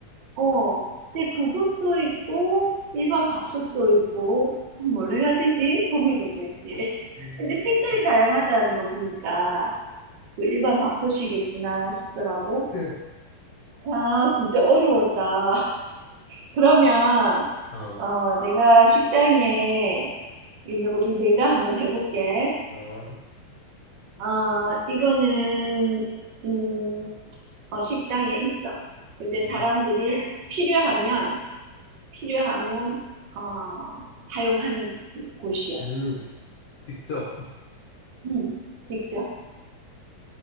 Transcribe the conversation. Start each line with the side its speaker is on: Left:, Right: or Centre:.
Right: 어, 근데 그것도 있고 일반 밥솥도 있고 아, 뭘 해야 되지? 고민이 좀 되지. <laughs>
Left: 음.
Right: 근데 색깔이 다양하다는 거 보니까 그 일반 밥솥이겠구나 싶더라고.
Left: <laughs>
Right: 아, 진짜 어려웠다. <laughs> 그러면
Left: 어,
Right: 어, 내가 식당에 있는 것 중에 내가 한번 해볼게.
Left: 어,
Right: 아, 이거는, 음, 어, 식당에 있어. 근데
Left: 오케이.
Right: 사람들이 필요하면, 필요하면, 어, 사용하는 곳이야.
Left: 음, 직접.
Right: 음, 직접.